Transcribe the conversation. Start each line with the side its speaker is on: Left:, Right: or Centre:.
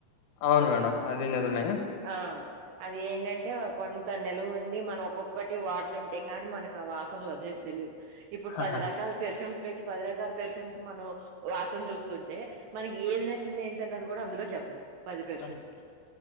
Left: అవును మేడం. అది నిజమే
Right: ఆ అది ఏంటంటే కొంత నిలువ్ ఉండి. మనం ఒక్కొక్కటి వాడుతుంట్ అంతేకాని మన ఆ వాసన్ల్ అనేద్ తెలిద్ ఇప్పుడు
Left: ఆహా
Right: పది రకాల పెర్ఫ్యూమ్స్ ప్ పది రకాల పెర్ఫ్యూమ్స్ మనం వాసం చూస్తుంటే. మనకి ఏది నచ్చింది ఏంటన్నది. కూడా అందులో చెప్పలేం పది పెర్ఫ్యూమ్స్
Left: ఆ